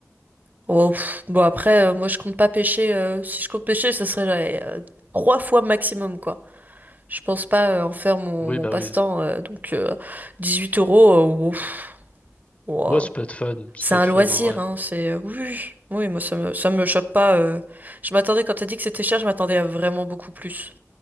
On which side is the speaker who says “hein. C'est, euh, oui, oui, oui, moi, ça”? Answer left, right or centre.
Right